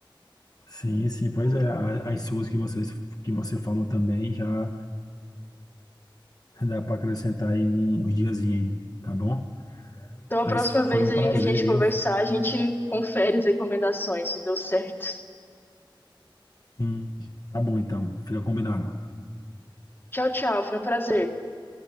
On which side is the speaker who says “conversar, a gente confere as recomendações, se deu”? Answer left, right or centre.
Left